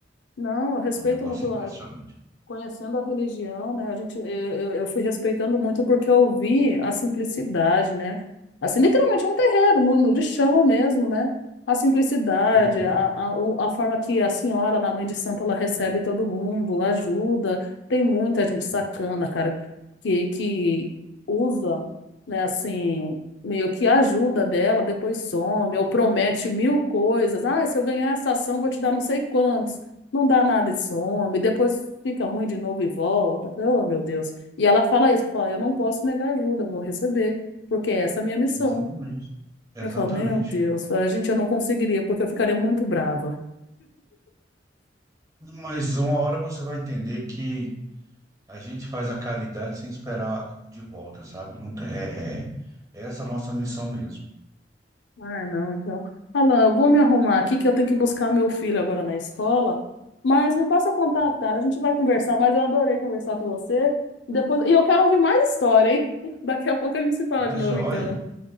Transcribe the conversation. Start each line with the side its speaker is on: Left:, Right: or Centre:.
Left: Não, eu respeito
Right: É um negócio
Left: muito.
Right: impressionante.
Left: conhecendo a religião, né, a gente, eu, eu eu fui respeitando muito porque eu vi a simplicidade, né? Assim, literalmente é um terreiro, no, no- de chão mesmo, né? A simplicidade,
Right: Uhum.
Left: a, a, o- a forma que a senhora, na Mãe de Santo, ela recebe todo mundo, ajuda. Tem muita gente sacana,
Right: Uhum.
Left: cara, que, que usa, né, assim, meio que ajuda dela, depois some, ou promete mil coisas. Ah, se eu ganhar essa ação, vou te dar não sei quantos não dá nada e some, depois fica ruim de novo e volta. Eu Falei, oh, meu Deus. E ela fala isso, fala, eu não posso negar ajuda, eu vou receber, porque essa é a minha missão.
Right: Exatamente. Exatamente.
Left: Eu falo, meu Deus, a gente, eu não conseguiria, porque eu ficaria muito brava.
Right: Mas uma hora você vai entender que a gente faz a caridade sem esperar de volta, sabe? Não tem, é, é é essa a nossa missão mesmo.
Left: Ah, não, então. Fala, eu vou me arrumar aqui que eu tenho que buscar meu filho agora na escola. Mas me passa o contato,
Right: Tá bom?
Left: cara. A gente vai conversar, mas eu adorei conversar com você. Depois... E eu quero ouvir mais história, hein? <laughs> Daqui a pouco a gente se fala
Right: Mas
Left: de novo,
Right: joia,
Left: então.